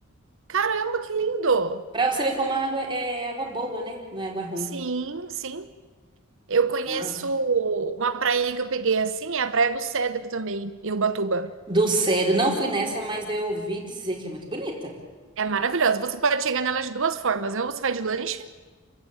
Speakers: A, on the right; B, on the right.
A: Caramba, que lindo.
B: pra você ver como a água é, é água boa, né? Não é água ruim.
A: Sim, sim. Eu conheço
B: Ah,
A: uma prainha que eu peguei assim, é a Praia do Cedro também, em Ubatuba.
B: do cedo, não fui nessa, mas eu ouvi dizer que é muito bonita.
A: É maravilhosa. Você pode chegar nela de duas formas. Ou você vai de lancha,